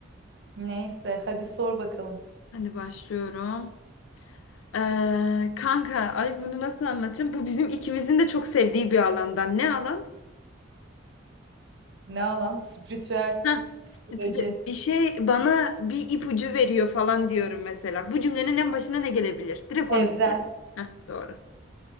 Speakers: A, on the right (about 60°); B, on the left (about 85°).
A: neyse hadi sor bakalım.
B: Hadi başlıyorum. Ee, kanka ay bunu nasıl anlatacağım? Bu bizim ikimizin de çok sevdiği bir alandan. Ne alan?
A: Ne alan? Spiritüel,
B: Heh,
A: psikoloji,
B: sürpriz- bir şey bana bir ipucu veriyor falan diyorum mesela. Bu cümlenin en başına ne gelebilir? Direkt onu.
A: evren.
B: Heh, doğru.